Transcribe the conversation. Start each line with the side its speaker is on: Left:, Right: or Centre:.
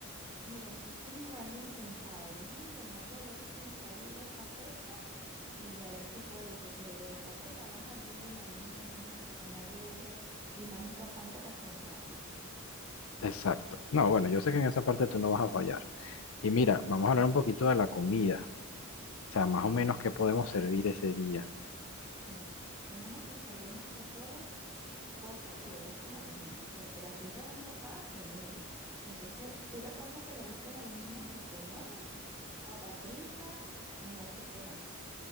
Right: Mira, si tengo a alguien pensado, déjame llamarlo a ver si está libre esa fecha y a ver si puede ir, porque de verdad que trabaja bien, anima, es una persona alegre y más importante, responsable.
Left: Exacto. No, bueno, yo sé que en esa parte tú no vas a fallar. Y mira, vamos a hablar un poquito de la comida. O sea, más o menos qué podemos servir ese día.
Right: Mira, tenemos que servir más que todo cosas que le gusten a los niños, porque la fiesta va enfocada en ellos. Entonces, puras cosas que le gusten a los niños, tipo nuggets, papa frita, no sé qué más.